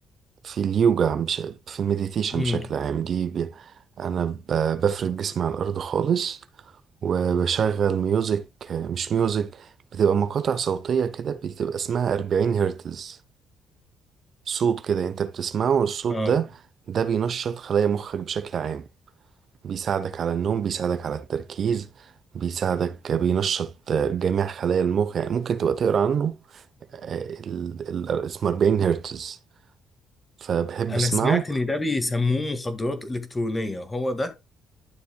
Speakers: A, on the right; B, on the left.
A: في اليوجا مش في المديتيشن
B: امم
A: بشكل عام دي بي انا ب- بفرد جسمي على الارض خالص وبشغل ميوزك مش ميوزك بتبقى مقاطع صوتية كده بتبقى اسمها 40 هرتز صوت كده انت بتسمعه الصوت
B: اه
A: ده ده بينشط خلايا مخك بشكل عام بيساعدك على النوم بيساعدك على التركيز بيساعدك بينشط جميع خلايا المخ يعني ممكن تبقى تقرا عنه آه، ال- ال- اسمه 40 هرتز فبحب
B: انا
A: اسمعه
B: سمعت ان ده بيسموه مخدرات الكترونية هو ده